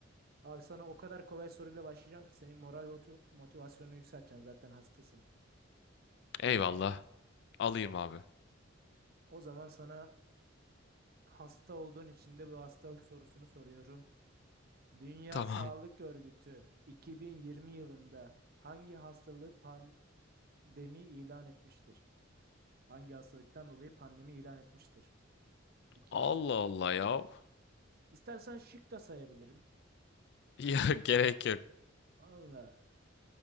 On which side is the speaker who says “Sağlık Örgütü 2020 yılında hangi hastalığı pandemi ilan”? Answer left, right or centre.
Right